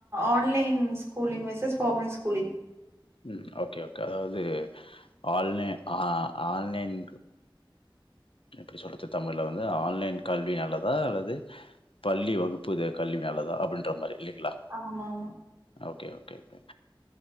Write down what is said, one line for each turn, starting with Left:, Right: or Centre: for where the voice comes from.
Right: online schooling versus formal schooling
Left: ம் ஓகே ஓகே அதாவது ஆன்லை ஆன்லைன் இப்படி சொல்றது தமிழ்ல வந்து ஆன்லைன் கல்வி நல்லதா அல்லது பள்ளி வகுப்பு கல்வி நல்லதா அப்படின்ற மாரி இல்லைங்களா
Right: ஆமா ஆமா
Left: ஓகே ஓகே ஓகே ஓகே